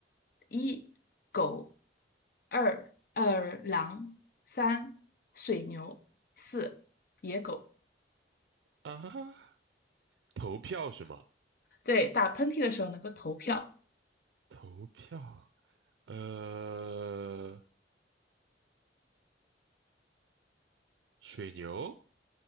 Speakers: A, on the left; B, on the right.
A: 一、狗；二、二狼；三、水牛；四、野狗。
B: 啊，投票是吗？
A: 对，打喷嚏的时候能够投票。
B: 投票，呃，水牛，